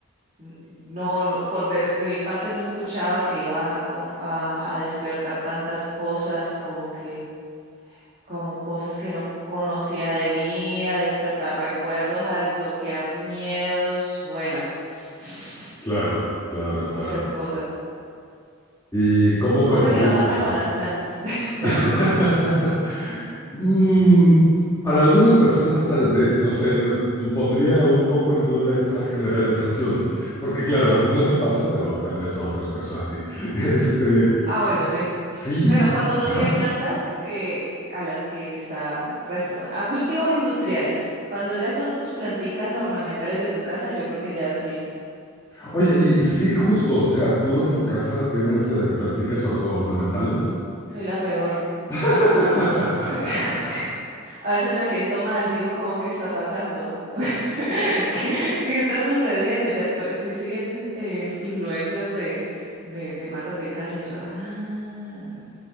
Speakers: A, on the right; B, on the left.
A: n- no, no, por de, de mi parte no escuchaba que iba a, of- a- a despertar tantas cosas, como que como cosas que no conocía de mí, a despertar recuerdos, a desbloquear miedos, bueno, <laughs>
B: Claro, claro,
A: muchas
B: claro.
A: cosas.
B: ¿Y cómo percibimos?
A: Cosa que no pasa
B: Ajá.
A: con las plantas. <laughs>
B: <laughs> Mm, para algunas personas tal vez, no sé, eh, pondría un poco en duda esa generalización, porque claro, a ti no te pasa, pero tal vez a otras personas sí. <laughs> Este,
A: Ah, bueno, sí.
B: sí,
A: Bueno,
B: y,
A: cuando uno
B: ajá.
A: tiene plantas eh, a las que está respo- a cultivos industriales, cuando ya son tus planticas ornamentales de tu casa, yo creo que ya sí,
B: Oye, y sí, justo, o sea, tú en tu casa tienes eh, planticas or- ornamentales.
A: soy la peor,
B: <laughs>
A: las mato todas. <laughs> A veces me siento mal, digo como, ¿qué está pasando? <laughs> ¿Qué, qué está sucediendo? Ya, pero estoy siguiendo in- eh, influencers de, de, de matas de casa y yo, ah,